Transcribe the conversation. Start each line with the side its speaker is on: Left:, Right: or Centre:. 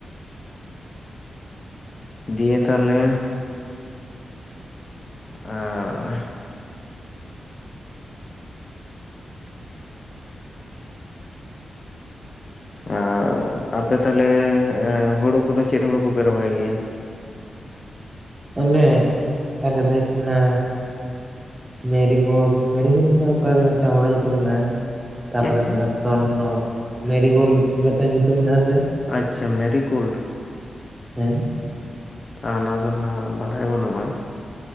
Left: ᱫᱤᱭᱮ ᱛᱟᱞᱮᱼᱼ <unintelligible> <unintelligible> ᱟᱨ ᱟᱯᱮ ᱛᱟᱞᱮ ᱮᱸ ᱦᱳᱲᱳ ᱠᱚᱫᱚ ᱪᱮᱫ ᱦᱳᱲᱳ ᱠᱚᱯᱮ ᱨᱚᱦᱚᱭ ᱜᱮᱭᱟ?
Right: ᱟᱞᱮ ᱟᱞᱮ ᱫᱚ ᱦᱩᱭᱩᱜ ᱠᱟᱱᱟ᱾ ᱢᱮᱨᱤᱜᱳᱞᱰ ᱢᱮᱨᱤᱜᱳᱞᱰ ᱞᱮᱠᱟ‌ ᱚᱱᱠᱟ ᱜᱮ ᱢᱤᱫᱴᱟᱝ ᱦᱚᱲᱚ ᱧᱩᱛᱩᱢ ᱢᱮᱱᱟᱜ-ᱟ᱾ ᱛᱟᱯᱚᱨᱮ
Left: ᱪᱮᱫ ᱪᱮᱫ
Right: ᱢᱮᱱᱟᱜ-ᱟ ᱥᱚᱨᱱᱚ ᱢᱮᱨᱤ ᱜᱳᱞᱰ ᱢᱮᱫᱛᱮᱜ ᱧᱩᱛᱩᱢ ᱢᱮᱱᱟᱜ-ᱟ ᱥᱮ?
Left: ᱟᱪᱪᱷᱟ ᱢᱮᱨᱤ ᱜᱳᱞᱰ᱾
Right: ᱦᱮᱸ᱾
Left: ᱟᱻ ᱚᱱᱟ ᱫᱚ ᱦᱟᱸᱜ ᱵᱟᱲᱟᱭ ᱵᱟᱹᱱᱩᱜ-ᱟ᱾